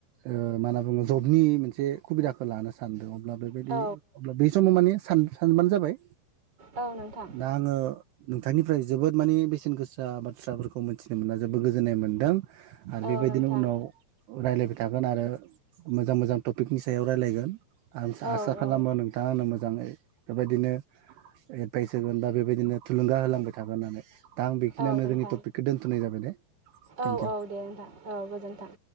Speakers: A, on the right; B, on the right.
A: ओ मा होनना बुङो जबनि मोन से खुबिदाखौ लानो सानदों अब्ला बेबायदि
B: औ
A: अब्ला बे समाव माने सानबानो जाबाय।
B: औ नोंथां
A: दा आंङो नोंथांनिफ्राय जोबोद मानि बेसेन गोसा बाथ्राफोरखौ मोन्थिनो मोनना जोबोद गो जोननाय मोन्दों। आरो बेबायदिनो
B: औ नोंथां
A: उनाव रायलायबाय थागोन आरो मोजां मोजां टपिकनि सायाव रायलायगोन आरो
B: औ
A: आसा खालामो
B: औ
A: नोंथाङा आंनो मोजाङै बेबायदिनो एडभाइस होगोन बा बेबायदिनो थुलुंगा होलांबाय थागोन होननानै। दा आं बेखिनियावनो
B: औ नोंथां
A: जोंनि टपिकखौ दोनथ'नाय जाबाय दे। थेंक
B: औ
A: इउ
B: औ दे नोंथां औ गोजोन्थों।